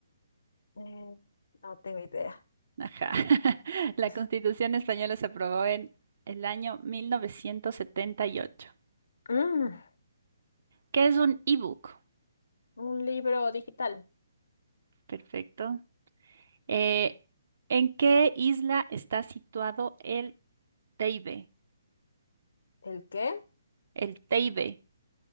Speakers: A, on the left; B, on the right.
A: Eh, no tengo idea.
B: Ajá. <laughs> La
A: <laughs>
B: Constitución española se aprobó en el año 1978.
A: Mm,
B: ¿Qué es un ebook?
A: un libro digital.
B: Perfecto. Eh, ¿en qué isla está situado el Teide?
A: ¿El qué?
B: El Teide,